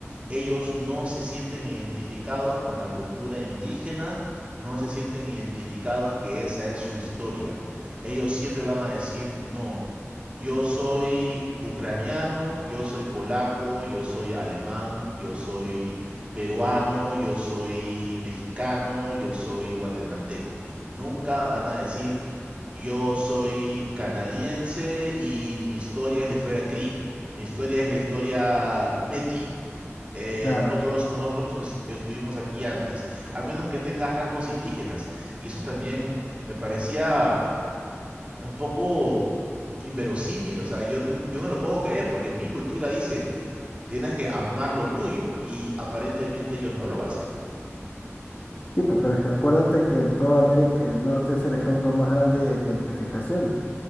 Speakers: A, on the right (about 25°); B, on the left (about 35°).
A: ellos no se sienten identificados con la cultura indígena, no se sienten identificados que esa es su historia. Ellos siempre van a decir, no, yo soy ucraniano, yo soy polaco, yo soy alemán, yo soy peruano, yo soy mexicano, yo soy guatemalteco. Nunca van a decir, yo soy canadiense y mi historia es la historia Cree, mi historia es la historia Meti, eh,
B: claro.
A: nosotros, nosotros es- estuvimos aquí antes, a menos que tenga rasgos indígenas. Y eso también me parecía un poco inverosímil. O sea, yo, n- yo no lo puedo creer porque mi cultura dice, tienes que amar lo tuyo y aparentemente ellos no lo hacen.
B: Sí, pe- pero es que acuérdate que en toda América del Norte es el ejemplo más grande de gentrificación.